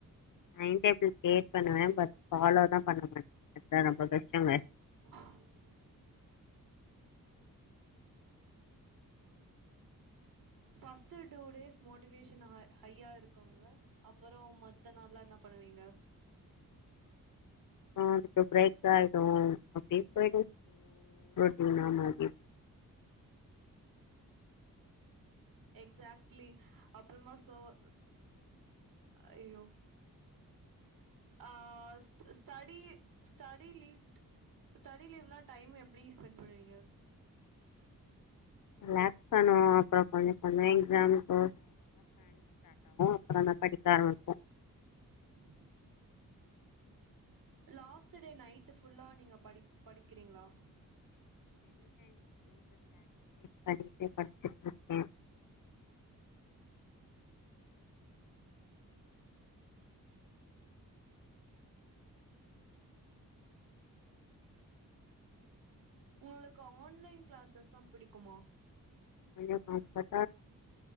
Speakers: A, on the left; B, on the right.
A: டைம் டேபிள் கிரியேட் பண்ணுவே பட் ஃபாலோ தா பண்ண மாட் அதா ரொம்ப கஷ்டமாச்
B: <inaudible> ஃபஸ்ட் டூ டேஸ் மோட்டிவேஷன் ஆ ஹையா இருக்குங்ள அப்பறோ மத்த நாள்லா என்னா பண்ணுவீங்க
A: ஆ <unintelligible> அப்டே போயிடு <unintelligible>
B: எக்ஸாக்ட்லி அப்புற்மா ஸ்லோவா அய்யோ ஆ ஸ் ஸ்டடி ஸ்டடி லீவ்க் ஸ்டடி லீவ்லா டைம் எப்புடி ஸ்பென்ட் பண்ணுவீங்க
A: லாக்ஸ் பண்ணுவோ அப்புறோ கொஞ்ச ஒட்னே எக்ஸாமுக் போ அப்புறோந் தா படிக்க ஆரம்பிப்போ
B: <inaudible> லாஸ்ட்டு டே நைட்டு ஃபுல்லா நீங்க படி படிக்கிறீங்களா
A: படிச்சேன் படிச்சிட் இருக்கேன்
B: உங்குளுக்கு ஆன்லைன் கிளாஸஸ்லா பிடிக்குமா
A: <unintelligible>